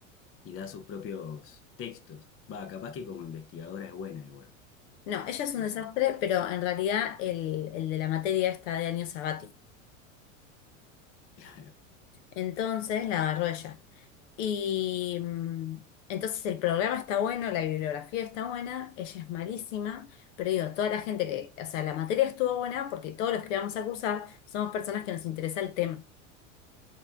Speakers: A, on the left; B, on the left.
A: y da sus propios textos. Va, capaz que como investigadora es buena igual.
B: no, ella es
A: No
B: un desastre,
A: sé,
B: pero en realidad el, el de la materia está de año sabático.
A: <laughs> claro.
B: Entonces la agarró ella. Y mm, entonces el programa está bueno, la bibliografía está buena, ella es malísima, pero digo, toda la gente que, o sea, la materia estuvo buena porque todos los que vamos a cursar somos personas que nos interesa el tema